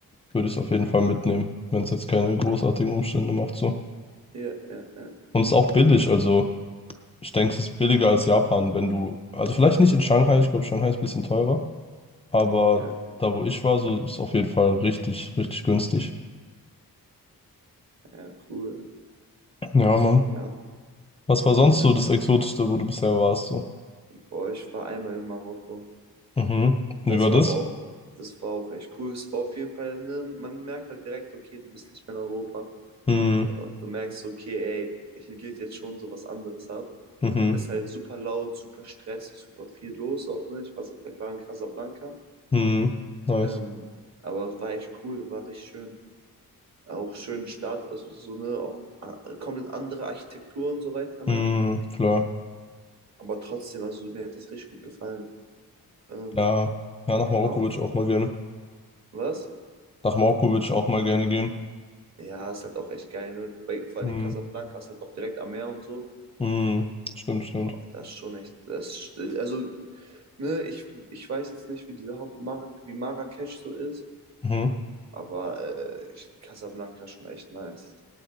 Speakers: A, on the left; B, on the right.
A: Würde ich es auf jeden Fall mitnehmen, wenn es jetzt keine großartigen Umstände macht so.
B: Ja, ja, ja,
A: Und es ist auch billig, also ich denke, es ist billiger als Japan, wenn du, also vielleicht nicht in Shanghai, ich glaube, Shanghai ist ein bisschen teurer, aber
B: ja,
A: da wo ich war, so ist es auf jeden Fall richtig, richtig günstig.
B: ja, cool.
A: Ja, Mann.
B: Ja,
A: Was war sonst
B: ja.
A: so das Exotischste, wo du bisher warst so?
B: Boah, ich war einmal in Marokko.
A: Mhm. Wie
B: Das
A: war
B: war
A: das?
B: aber auch, das war auch echt cool. Es war auf jeden Fall, ne, man merkt halt direkt, okay, du bist nicht mehr in Europa.
A: Mhm.
B: Und du merkst, okay, ey, hier geht jetzt schon so was anderes ab.
A: Mhm.
B: Ist halt super laut, super stressig, super viel los auch, ne? Ich war, ich war in Casablanca.
A: Mhm. Nice.
B: Ähm, aber es war echt cool, war richtig schön. Auch schöne Stadt, also so, ne, auch äh, komplett andere Architektur und so weiter, ne?
A: Mhm. Klar.
B: Aber trotzdem, also mir hat das richtig gut gefallen. Ähm,
A: Ja. Ja, nach
B: ja,
A: Marokko
B: auch-
A: würde ich auch mal gerne.
B: was?
A: Nach Marokko würde ich auch mal gerne gehen.
B: Ja, ist halt auch echt geil, ne? Bei, vor
A: Mhm.
B: allem in Casablanca ist halt auch direkt am Meer und so.
A: Mhm. Stimmt, stimmt.
B: Wow, das ist schon echt, das, ist- also, ne, ich, ich weiß jetzt nicht, wie diese Haupt Mar wie Marrakesch so ist,
A: Mhm.
B: aber äh, ich, Casablanca ist schon echt nice.